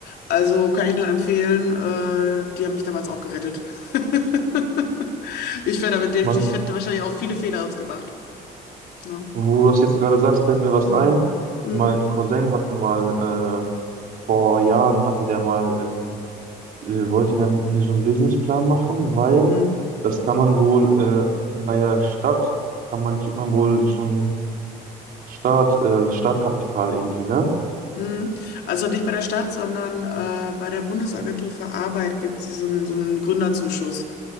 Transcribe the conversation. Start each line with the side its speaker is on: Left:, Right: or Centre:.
Left: Also kann ich nur empfehlen, äh, die haben mich damals auch gerettet. <laughs> Ich wäre damit, ich
Right: Man,
Left: hätte wahrscheinlich auch viele Fehler jetzt gemacht. Ne?
Right: wo du das jetzt gerade sagst, fällt mir was
Left: Mm,
Right: ein.
Left: mm,
Right: Mein Cousin hatte mal, äh, vor Jahren hatte der mal, ähm, äh, wollte der mit mir so einen Businessplan machen, weil
Left: mm,
Right: das kann man wohl, äh, bei der Stadt, kann man, kriegt man wohl so ein Start, äh, Startkapital irgendwie, ne?
Left: mm. Also nicht bei der Stadt, sondern äh, bei der Bundesagentur für Arbeit gibt es so einen, so einen Gründerzuschuss.